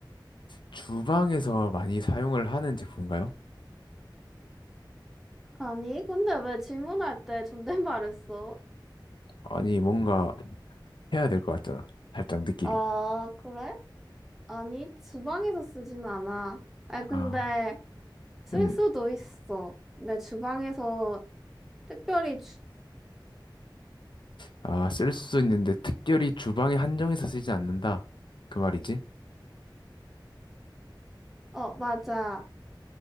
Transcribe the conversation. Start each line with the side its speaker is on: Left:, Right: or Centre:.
Left: 주방에서 많이 사용을 하는 제품인가요?
Centre: 아니, 근데 왜 질문할 때 존댓말을 써?
Left: 아니, 뭔가 해야 될 것 같잖아. 살짝 느낌이.
Centre: 아, 그래? 아니, 주방에서 쓰진 않아. 아, 근데
Left: 아,
Centre: 쓸
Left: 음.
Centre: 수도 있어. 내 주방에서 특별히
Left: 아, 쓸 수 있는데 특별히 주방에 한정해서 쓰지 않는다. 그 말이지?
Centre: 어, 맞아.